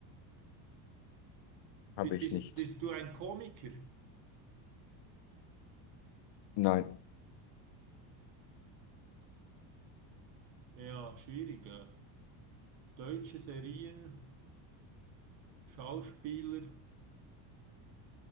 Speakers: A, on the left; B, on the right.
A: habe
B: bi- bist,
A: ich nicht.
B: bist du ein Komiker?
A: Nein,
B: Ja, schwierig. äh. Deutsche Serien, Schauspieler.